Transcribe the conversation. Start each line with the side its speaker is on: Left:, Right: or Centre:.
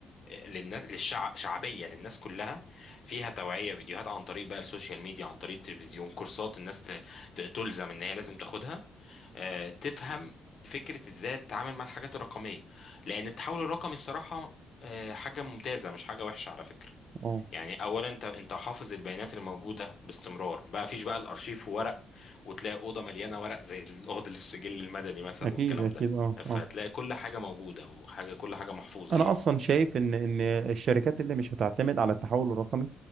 Left: للناس للشعب شعبيه للناس كلها فيها توعيه فيديوهات عن طريق بقى السوشيال ميديا عن طريق التلفزيون كورسات الناس ت- ت- تلزم ان هي لازم تاخدها آه، تفهم فكره ازاي تتعامل مع الحاجات الرقميه لان التحول الرقمي الصراحه آه، حاجه ممتازه مش حاجه وحشه على فكره
Right: اه
Left: يعني اولا انت انت حافظ البيانات الموجوده باستمرار بقى فيش بقى الارشيف ورق وتلاقي اوضه مليانه ورق زي الاوضه اللي في السجل المدني مثلا
Right: اكيد
Left: والكلام
Right: اكيد
Left: ده
Right: اه
Left: فتلاقي
Right: اه
Left: كل حاجه موجوده وحاجه كل حاجه محفوظه
Right: انا
Left: يعني
Right: اصلا شايف ان ان الشركات اللي مش هتعتمد على التحول الرقمي